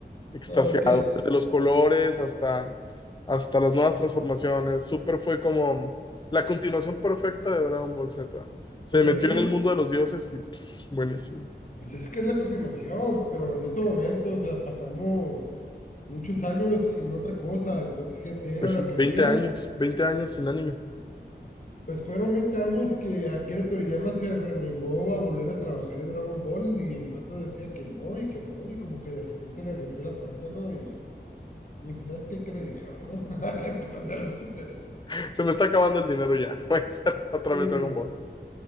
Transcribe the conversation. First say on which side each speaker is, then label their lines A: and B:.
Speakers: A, on the left; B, on the left.
A: extasiado.
B: No, es que,
A: Desde los colores hasta, hasta las nuevas transformaciones. Super fue como la continuación perfecta de Dragon Ball Z. Se
B: pues
A: metió
B: es que es
A: en
B: la,
A: el mundo de los dioses y pss, buenísimo.
B: pues es que es la continuación, pero en ese momento, o sea, pasamos muchos años sin otra cosa, entonces g t era
A: Pues
B: lo
A: sí,
B: que
A: veinte
B: había
A: años, veinte años sin anime.
B: Pues fueron 20 años que Akira Toriyama se renegó a volver a trabajar en Dragon Ball y el vato decía que no y que no y como que de repente le rugió la panza, ¿no? Y dijo, ¿sabes qué? Quiero dinero, ¿no? <laughs> Empezó a hacer el super
A: <laughs> Se me está acabando el dinero ya. <laughs> Voy a hacer otra
B: Y
A: vez Dragon Ball.